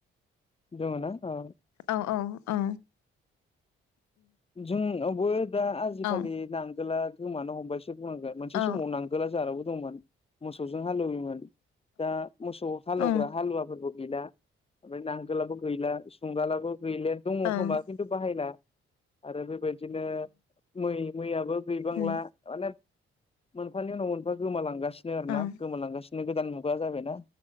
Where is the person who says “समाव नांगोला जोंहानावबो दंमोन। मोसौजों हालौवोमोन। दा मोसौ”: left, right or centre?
Left